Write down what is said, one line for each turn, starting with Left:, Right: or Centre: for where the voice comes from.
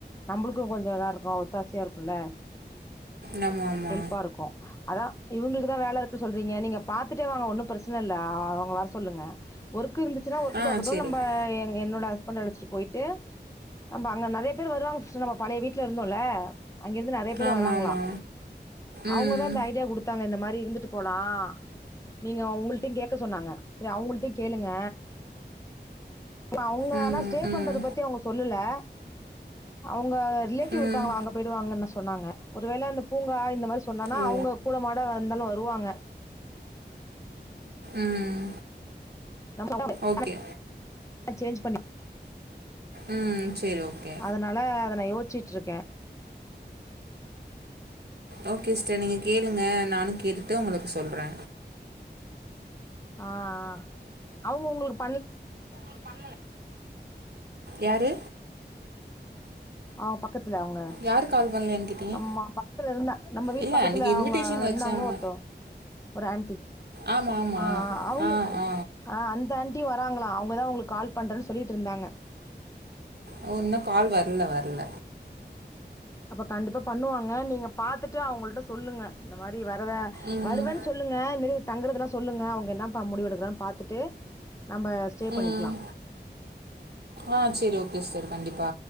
Left: நம்பளுக்கு கொஞ்சோ இதா இருக்கு ஒத்தாசியா இருக்குல்ல
Right: நம்ம ஆமா
Left: பா இருக்கு அதா இவுங்ளுக்குதா வேல இருக்கு சொல்றீங்க நீங்க பாத்துட்டே வாங்க ஒன்னு பிரச்சன இல்ல அவுங்க வர சொல்லுங்க ஒர்க்கு இருந்துச்சுன்னா ஒர்க்கு
Right: ஆ
Left: பாக்கட்டு
Right: சரி
Left: நம்ப
Right: ஓகே
Left: எங் என்னோட ஹஸ் பண்ட அழச்சிட்டு போய்ட்டு நம்ம அங்க நெறைய பேரு வருவாங்க சிஸ்டர் நம்ம பழைய வீட்ல இருந்தோல்ல அங்கேருந்து நறைய பேர்
Right: ஆமா
Left: வராங்ளா
Right: ஆமா ம்
Left: அவுங்கதா இந்த ஐடியா குடுத்தாங்க இந்த மாரி இருந்துட்டு போலா நீங்க உங்கள்ட்டயு கேக்க சொன்னாங்க சரி அவங்கள்ட்டயு கேளுங்க அழுங்க
Right: ம்
Left: ஆனா ஸ்டே
Right: ம்
Left: பண்றத பத்தி அவுங்க சொல்லலா அவுங்க ரிலேட்டிவ்
Right: ம்
Left: இருக்காங்ளா அங்க பொயிடுவாங்கன்னு சொன்னாங்க ஒரு வேள இந்த பூங்கா இந்த மாரி சொன்னனா
Right: ஓ
Left: அவுங்க கூடமாட வந்தாலு வருவாங்க
Right: ம்
Left: நம <unintelligible>
Right: ஓகே
Left: சேஞ் பண்ணி
Right: ம் சேரி ஓக்கே
Left: அதனால அத நா யோச்சிட்ருக்கே
Right: ஓக்கே சிஸ்டர் நீங்க கேளுங்க நானு கேட்டுட்டு உங்களுக்கு சொல்றே
Left: ஆ ஆ அவுங்க உங்களுக்
Right: யாரு
Left: அவுங்க பக்கத்துல அவுங்க
Right: யாரு கால் பண்ணலன்னு கேட்டீங்க
Left: அம்மா பக்கத்ல இருந்தா நம்ம வீட்டு
Right: இல்ல
Left: பக்கத்ல
Right: அன்னைக்கு இன்விடேஷன்
Left: அவுங்க இருந்தாங்ளோ
Right: வச்சாங்க
Left: ஒருத்தோ ஒரு ஆண்டி
Right: ஆமா ஆமா
Left: ஆ அ அவுங்க
Right: ஆ ஆ
Left: அ அந்த ஆண் டி வராங்ளா அவுங்கதா உங்ளுக்கு கால் பண்றேன்னு சொல்லிட்டு இருந்தாங்க
Right: ஓ இன்னு கால் வர்ல வர்ல
Left: அப்ப கண்டிப்பா பண்ணுவாங்க நீங்க பாத்துட்டு அவங்கள்ட சொல்லுங்க இந்த மாரி வரத
Right: ம்
Left: வருவேன் சொ ல்லுங்க இதுமேரி தங்குறதெல்லா சொல்லுங்க அவுங்க என்ன முடிவு எடுக்றாங்கனு பாத்துட்டு நம்ம ஸ்டே பண்ணிக்லா
Right: ம் ஆ செரி ஓகோ சிஸ்டர் கண்டிப்பா